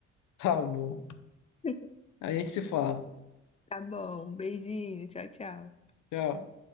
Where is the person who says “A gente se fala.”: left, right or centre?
Left